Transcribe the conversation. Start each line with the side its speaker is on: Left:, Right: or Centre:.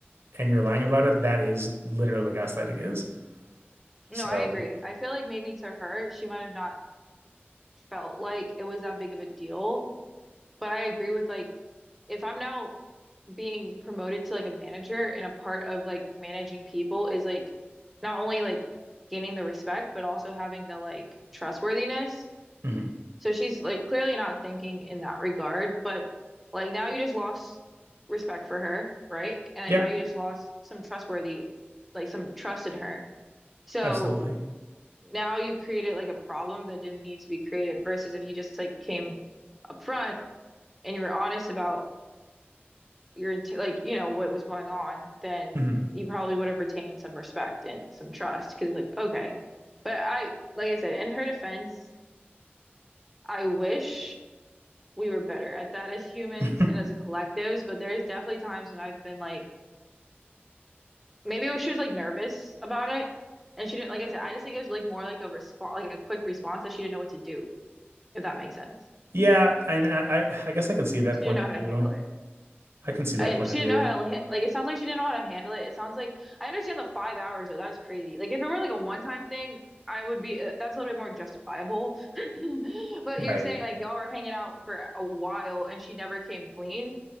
Right: and you're lying about it, that is literally what gaslighting is.
Centre: No,
Right: So,
Centre: I agree. I feel like maybe to her, she might have not felt like it was that big of a deal, but I agree with like if I'm now being promoted to like a manager and a part of like managing people is like not only like gaining the respect, but also having the like trustworthiness.
Right: mhm.
Centre: So she's like clearly not thinking in that regard, but like now you just lost respect for her, right? And
Right: Yep,
Centre: now you just lost some trustworthy, like some trust in her. So
Right: absolutely.
Centre: now you've created like a problem that didn't need to be created versus if you just like came up front and you were honest about your int like you know what was going on, then
Right: Mhm.
Centre: you probably would have retained some respect and some trust because like okay, but I like I said in her defense, I wish we were better at that as humans
Right: <laughs>
Centre: and as a collectives, but there is definitely times when I've been like maybe it was she was like nervous about it and she didn't like I said I just think it was like more like a response like a quick response that she didn't know what to do if that makes sense.
Right: Yeah, I, I I guess I can see that
Centre: She
Right: point
Centre: didn't know
Right: of
Centre: how
Right: view.
Centre: to handle it.
Right: I can see that
Centre: And
Right: point
Centre: she
Right: of view.
Centre: didn't know how to ha- like. It sounds like she didn't know how to handle it. It sounds like I understand the five hours though. That is crazy. Like if it were like a one-time thing, I would be uh, that's a little bit more justifiable. <laughs> But
Right: Right.
Centre: you're saying like y'all were hanging out for a while and she never came clean.